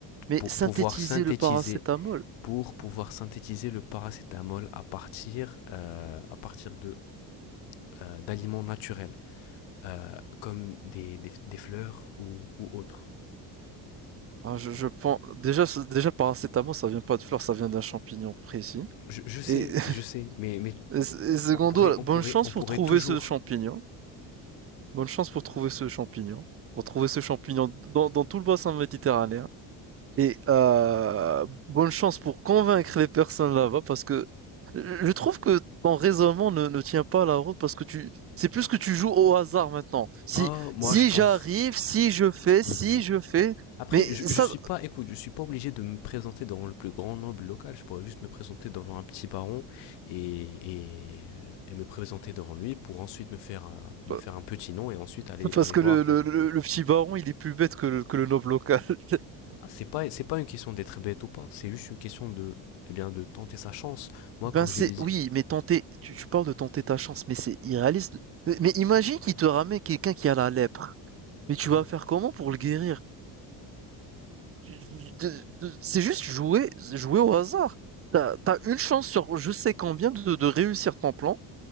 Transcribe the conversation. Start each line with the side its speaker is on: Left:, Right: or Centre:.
Right: Mais
Left: pour
Right: synthétiser
Left: pouvoir synthétiser
Right: le paracétamol,
Left: pour pouvoir synthétiser le paracétamol à partir, euh, à partir de, euh, d'aliments naturels, euh, comme des, des, des fleurs ou, ou autres.
Right: ah, je, je pense déjà ce- déjà paracétamol ça vient pas de fleurs, ça vient d'un champignon précis.
Left: Je, je sais,
Right: Et, <laughs>
Left: je sais, mais, mais
Right: et secondo,
Left: on, pourrait, on,
Right: bonne
Left: pourrait,
Right: chance
Left: on
Right: pour
Left: pourrait
Right: trouver
Left: toujours.
Right: ce champignon. Bonne chance pour trouver ce champignon. Pour trouver ce champignon dans, dans tout le bassin méditerranéen. Et euh, bonne chance pour convaincre les personnes là-bas parce que je trouve que ton raisonnement ne, ne tient pas la route parce que tu, c'est plus que tu joues au hasard maintenant. Si,
Left: Ah, oh, moi
Right: si
Left: je pense.
Right: j'arrive, si je fais,
Left: Mhm.
Right: si je fais,
Left: Après,
Right: mais
Left: je,
Right: ça,
Left: je suis pas, écoute, je suis pas obligé de me présenter devant le plus grand noble local. Je pourrais juste me présenter devant un petit baron et, et, et me présenter devant lui pour ensuite me faire, euh, me
Right: euh,
Left: faire un petit nom et ensuite aller,
Right: parce
Left: aller
Right: que
Left: voir
Right: le,
Left: vers
Right: le, le, le petit baron, il est plus bête que le, que le noble local. <laughs>
Left: C'est pas, c'est pas une question d'être bête ou pas, c'est juste une question de, eh bien, de tenter sa chance. Moi,
Right: Ben
Left: comme
Right: c'est,
Left: je l'ai dit.
Right: oui, mais tenter, tu, tu parles de tenter ta chance, mais c'est irréaliste. Mais imagine qu'il te ramène quelqu'un qui a la lèpre. Mais tu
Left: Hein
Right: vas faire comment pour le guérir? Tu- tu- tu- tu- C'est juste jouer, jouer au hasard. T'as, t'as une chance sur je sais combien de, de réussir ton plan.